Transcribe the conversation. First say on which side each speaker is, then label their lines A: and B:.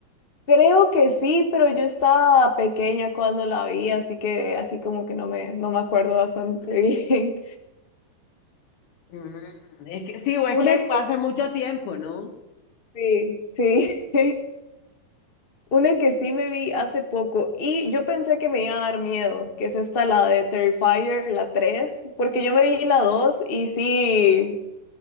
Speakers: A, on the left; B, on the left.
A: Creo que sí, pero yo estaba pequeña cuando la vi, así que así como que no me, no me acuerdo bastante bien.
B: Mm, es que
A: <laughs>
B: sí, o es
A: Una
B: que
A: que
B: fue hace mucho tiempo, ¿no?
A: sí, sí. <laughs> Una que sí me vi hace poco y yo pensé que me iba a dar miedo, que es esta, la de Terrifier, la 3, porque yo me vi la 2 y sí.